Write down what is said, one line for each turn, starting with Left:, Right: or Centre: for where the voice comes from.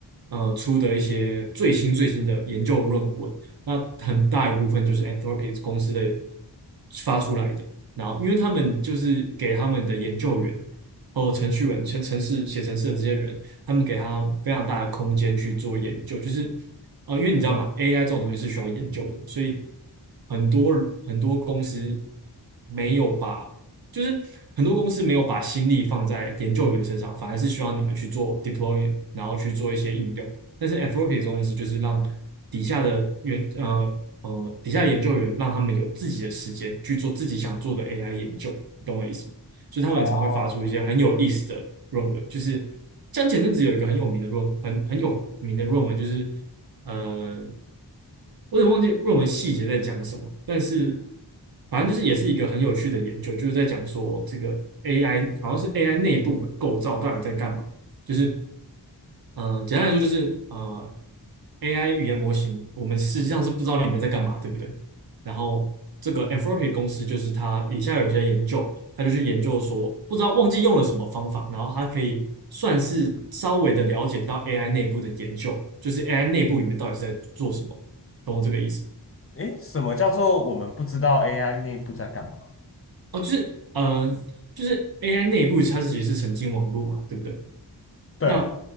Right: 呃出的一些最新最新的研究论文，那很大一部分就是 Anthropic 公司的发出来的。然后因为他们就是给他们的研究员和程序员、程程式写程式的这些人他们给他非常大的空间去做研究，就是呃，因为你知道吗？AI 这种东西是需要研究的，所以很多很多公司没有把，就是很多公司没有把心力放在研究员身上，反而是需要你们去做 deploy，然后去做一些应用。但是 a t F o P 这种东西就是让底下的员呃呃底下的研究员让他们有自己的时间去做自己想做的 AI 研究，你懂我意思吗？就是他们常会发出一些很有意思的论文，
Left: 哦，
Right: 就是像前阵子有一个很有名的论，很很有名的论文，就是呃，我有点忘记论文细节在讲什么，但是反正就是也是一个很有趣的研究，就是在讲说这个 AI 好像是 AI 内部的构造到底在干嘛，就是嗯、呃简单来说就是呃，AI 语言模型，我们实际上是不知道里面在干嘛，对不对？然后这个 Anthropic 公司就是他，以下有一些研究，他就去研究说，不知道忘记用了什么方法，然后它可以算是稍微的了解到 AI 内部的研究，就是 AI 内部里面到底是在做什么，懂我这个意思吗？
Left: 诶，什么叫做我们不知道 AI 内部在干嘛？
Right: 哦，就是嗯、呃就是 AI 内部它是其实是神经网络嘛，对不对？
Left: 对啊。
Right: 那